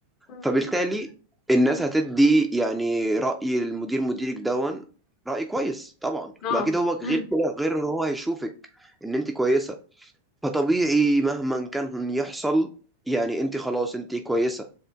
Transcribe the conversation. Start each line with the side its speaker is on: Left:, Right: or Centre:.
Left: مم.
Centre: فبالتالي الناس هتدي يعني رأي المدير مديرك دون رأي كويس طبعا
Left: اه
Centre: واكيد هو غير
Left: امم
Centre: كده غير ان هو هيشوفك ان انت كويسة فطبيعي مهما كان يحصل يعني انت خلاص انت كويسة